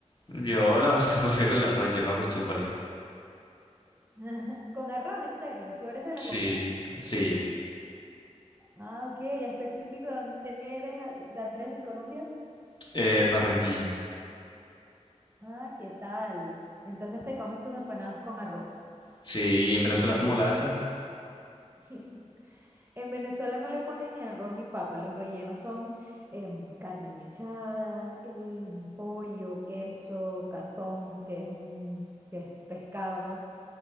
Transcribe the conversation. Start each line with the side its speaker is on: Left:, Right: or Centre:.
Left: Yo la verdad <laughs> prefiero el arroz, ya me acostumbré.
Right: <laughs> Ajá, Con arroz, en serio, tú eres de la
Left: Sí,
Right: costa.
Left: sí,
Right: Ah, ok, ¿y específico de dónde eres, a- de Andrés, en Colombia?
Left: eh, Barranquilla.
Right: Ah, ¿qué tal? Entonces te comes tus empanadas con arroz.
Left: Sí, y en Venezuela
Right: Feliz.
Left: cómo la hacen,
Right: <laughs> En Venezuela no le ponen ni arroz ni papa, los rellenos son em, carne mechada, em, pollo, queso, cazón, que es un que es pescado,